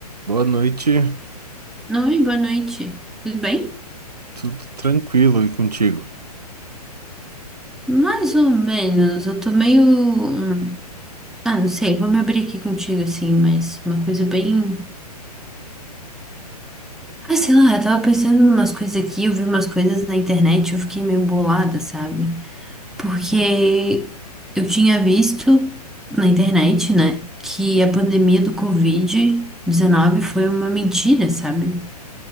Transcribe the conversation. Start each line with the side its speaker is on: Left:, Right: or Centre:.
Right: Boa noite,
Centre: Oi, boa noite. Tudo bem?
Right: tudo tranquilo e contigo?
Centre: Mais ou menos. Eu tô meio. hum, Ah, não sei, vou me abrir aqui contigo, assim, mas uma coisa bem. Ah, sei lá, eu tava pensando em umas coisas aqui, eu vi umas coisas na internet, eu fiquei meio bolada, sabe? Porque eu tinha visto na internet, né, que a pandemia do Covid-19 foi uma mentira, sabe?